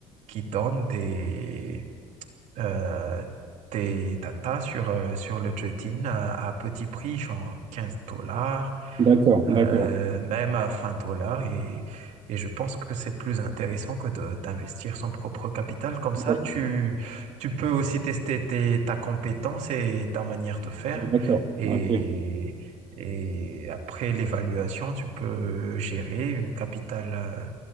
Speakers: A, on the right; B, on the right.
A: qui donnent des... Euh, tes tatas sur, euh, sur le trading euh, à petit prix, genre 15 dollars,
B: D'accord, d'accord.
A: euh, même à 20 dollars. Et, et je pense que c'est plus intéressant que de- d'investir son propre capital. Comme
B: D'accord.
A: ça, tu, tu peux aussi tester tes, ta compétence et ta manière de faire.
B: D'accord.
A: Et,
B: Ok,
A: et après l'évaluation, tu peux gérer une capitale. euh,